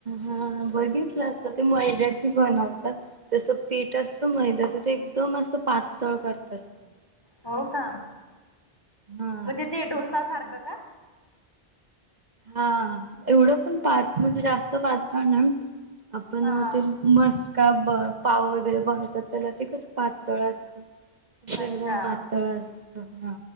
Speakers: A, on the right; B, on the left.
A: हा बघितलं? ते मैद्याची बनवतात तस पीठ असतं मैद्याच ते एकदम अस पा- तळ करतात त्या
B: हो का
A: हा.
B: म्हणजे ते डोसा
A: आणि
B: सारखं का-
A: हा एवढं पण पात म्हणजे जास्त पातळ नाही आपण
B: हा हा
A: ते मस्का- ब पाव वगैरे बनवतात त्याला ते कसं पातळ असत. तस
B: अच्छा
A: एकदम पातळ असत हा